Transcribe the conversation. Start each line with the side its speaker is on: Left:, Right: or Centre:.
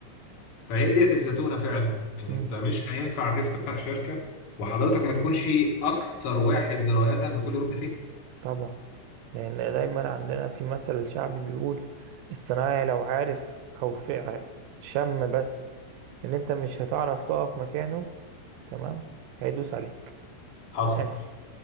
Left: فهي ديت الزتونه فعلا انت
Right: مم.
Left: مش هينفع تفتح شركه وحضرتك ما تكونش اكتر واحد درايه بكل ركن فيها
Right: طبعا لأن دايما عندنا في مثل شعبي بيقول الصنايعي لو عارف أو فع- شم بس ان انت مش هتعرف تقف مكانه تمام هيدوس عليك
Left: حصل
Right: من الاخر